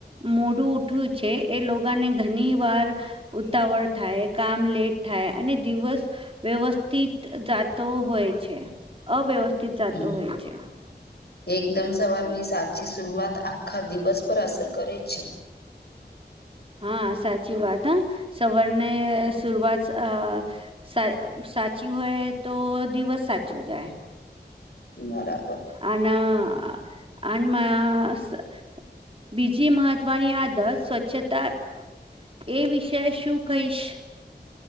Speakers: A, on the right; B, on the left.
A: મોડું ઉઠ્યું છે એ લોકાને ઘની વાર ઉતાવળ થાય, કામ લેટ થાય, અને દિવસ વ્યવસ્થિત જાતો હોય છે, અવ્યવસ્થિત જાતો
B: હમ
A: હોય છે.
B: એકદમ સવારની સાચી શરૂઆત આખા દિવસ પર અસર કરે છે.
A: હા સાચી વાત હહ સવારને શુરૂઆત અ સા સાચી હોય તો દિવસ સાચો જાય.
B: બરાબર
A: આના આનમાં સ બીજી મહત્વની આદત સ્વચ્છતા એ વિશે શું કહીશ?